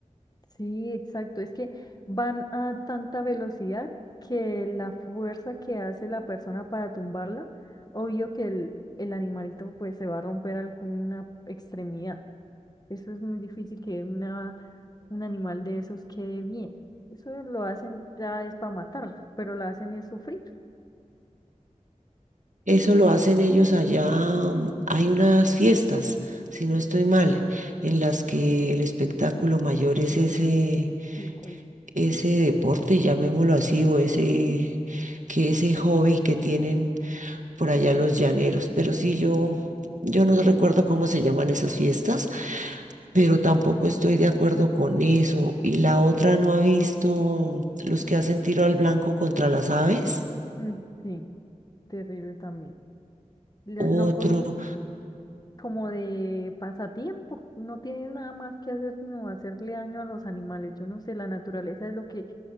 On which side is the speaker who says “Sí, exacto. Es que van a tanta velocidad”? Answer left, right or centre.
Left